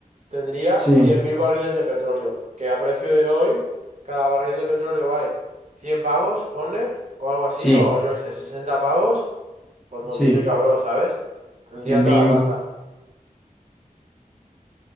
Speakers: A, on the right (about 55°); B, in the centre.
A: tendría
B: Sí,
A: cien mil barriles de petróleo. Que a precio de hoy, cada barril de petróleo vale cien pavos, ponle, o algo así,
B: sí,
A: o yo qué sé, 60 pavos. Pues multiplica,
B: sí,
A: bro, ¿sabes? Tendría
B: cien
A: toda
B: mil.
A: la pasta.